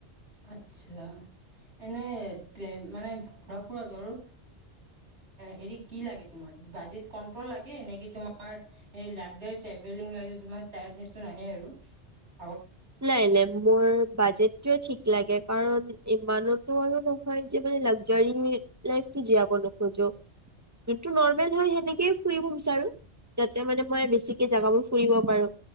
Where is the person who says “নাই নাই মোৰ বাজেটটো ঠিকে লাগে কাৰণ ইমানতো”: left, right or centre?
Right